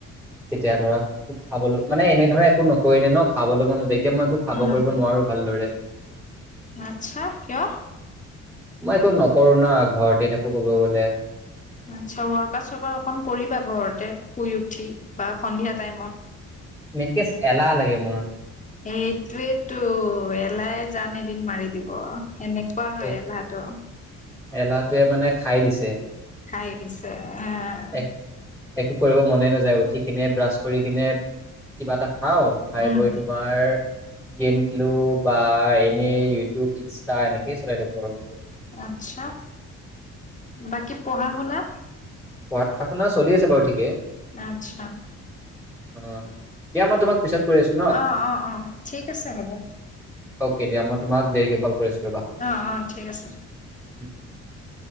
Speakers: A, in the centre; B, on the left (about 25°).
A: তেতিয়া ধৰা খাবলৈ, মানে এনে ধৰা একো নকৰিলে ন খাবলৈ মন নাযায়। এতিয়া মই একো খাব
B: উম
A: কৰিব নোৱাৰো ভালদৰে।
B: আচ্ছা কিয়
A: মই একো নকৰো ন? ঘৰতে থাকো ক'ব গ'লে
B: আচ্ছা ৱৰ্কাৰ-চৰ্কাৰ অকন কৰিবা ঘৰতে, শুই উঠি বা সন্ধিয়া টাইমত।
A: মেইনকে
B: সেইটোৱেইতো
A: এলাহ লাগে মোৰ।
B: এলাই জান এদিন মাৰি দিব। হেনেকুৱা হয়
A: এই
B: এলাহটো।
A: এলাহটোৱে মানে খাই দিছে।
B: খাই দিছে আহ
A: এক একো কৰিব মনে নাযায় উঠি কিনে ব্ৰাছ কৰি কিনে, কিবা এটা খাও। খাই-বৈ
B: উম
A: তোমাৰ গেম খেলো বা এনেই ইউটিউব-ইনষ্টা এনেকেই চলাই থাকো আৰু। ক'ব গ'লে।
B: আচ্ছা। বাকী পঢ়া-শুনা?
A: পঢ়া-শুনা চলি আছে বাৰু ঠিকে।
B: আচ্ছা।
A: অ' দিয়া মই তোমাক পিছত কৰি আছো ন
B: অ' অ' অ', ঠিক আছে হ'ব। ও
A: অকে দিয়া মই তোমাক দেৰিকে
B: ও,
A: কল কৰি আছো ৰ'বা।
B: অ' অ' ঠিক আছে।
A: <unintelligible>